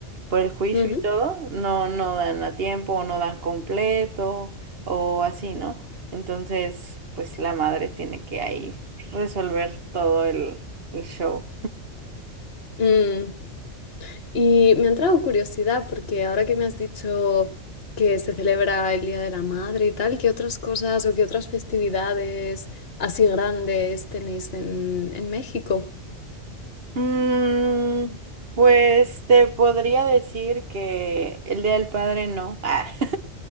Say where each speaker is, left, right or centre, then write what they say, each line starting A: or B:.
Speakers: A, on the right; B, on the left.
A: por el juicio
B: ujú,
A: y todo, no, no dan a tiempo, o no dan completo, o así, ¿no? Entonces, pues la madre tiene que ahí resolver todo el, el show.
B: mm. Y me ha entrado curiosidad porque ahora que me has dicho que se celebra el Día de la Madre y tal, ¿qué otras cosas o qué otras festividades así grandes tenéis en, en México?
A: Mm, pues te podría decir que el Día del Padre no. Ah. <laughs>